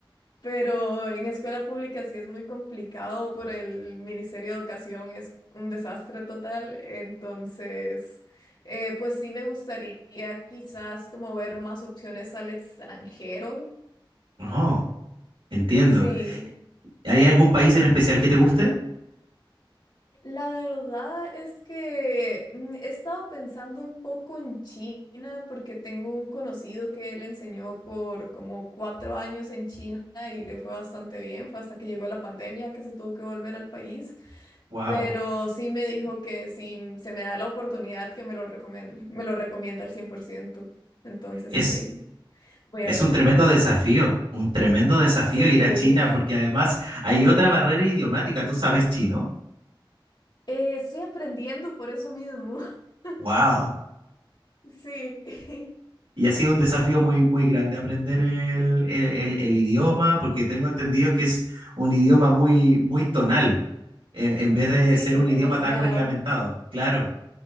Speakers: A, on the left (about 60°); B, on the right (about 85°).
A: pero en escuela pública sí es muy complicado por el Ministerio de Educación, es un desastre total, entonces eh, pues sí me gustaría quizás como ver más opciones al extranjero,
B: Oh, entiendo.
A: sí.
B: ¿Hay algún país en especial que te guste?
A: La verdad es que mm, he estado pensando un poco en China porque tengo un conocido que él enseñó por como cuatro años en China y le fue bastante bien. Fue hasta que llegó la pandemia que se tuvo que volver al país.
B: Wow.
A: Pero sí me dijo que si mm, se me da la oportunidad que me lo recomienda, me lo recomienda al cien por ciento Entonces
B: Es,
A: sí, ahí voy
B: es
A: a ver.
B: un tremendo desafío, un tremendo desafío
A: Sí,
B: ir a China porque además hay otra barrera idiomática. ¿Tú sabes chino?
A: <laughs> eh, estoy aprendiendo por eso mismo. <laughs>
B: Wow.
A: Sí, <laughs>
B: Y ha sido un desafío muy, muy grande aprender el, el- el- el idioma, porque tengo entendido que es un idioma muy, muy tonal, en, en vez de
A: sí,
B: ser un
A: demasiado.
B: idioma tan reglamentado. Claro,